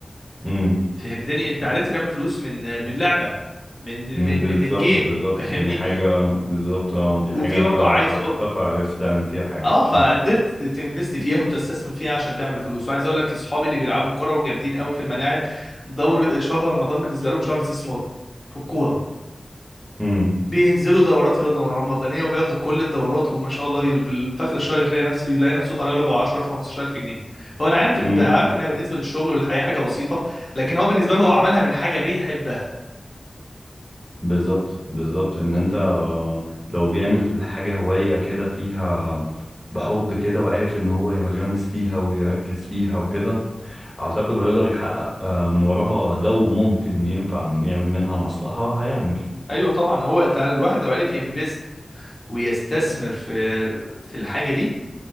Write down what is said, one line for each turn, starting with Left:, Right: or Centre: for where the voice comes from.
Centre: امم
Left: فهمتني انت عرفت تعمل فلوس من من لعبه من
Centre: أمم،
Left: من
Centre: بالظبط
Left: من جيم
Centre: بالظبط
Left: فهمني
Centre: دي حاجه بالظبط اه دي
Left: وفي
Centre: حاجه
Left: برضه
Centre: انت
Left: عايز
Centre: حبيتها
Left: اقول
Centre: فعرفت تعمل فيها حاجه
Left: اه فقدرت
Centre: امم
Left: تنفست فيها وتستثمر فيها عشان تعمل فلوس وعايز اقول لك اصحابي اللي بيلعبوا الكوره وجامدين قوي في الملاعب دور شهر رمضان بالنسبه لهم شهر استثمار في الكوره
Centre: امم
Left: بينزلوا دورات رضا- رمضانيه وبياخدوا كل الدورات وما شاء الله في اخر الشهر تلاقي نفسه يلاقي نفسه طالع له ب 10 15000 جنيه هو انا عارف ان
Centre: أمم،
Left: عارف انها بالنسبه للشغل والحياه حاجه بسيطه لكن هو بالنسبه له هو عملها من حاجه بيحبها
Centre: بالظبط بالظبط ان انت لو بيعمل حاجه هوايه كده فيها بحب كده وعارف ان هو ينغمس فيها ويركز فيها وكده اعتقد هيقدر يحقق آه، من وراها لو ممكن ينفع يعمل منها مصلحة هيعمل
Left: ايوه طبعا هو انت الواحد لو عرف ينفست ويستثمر في في الحاجه دي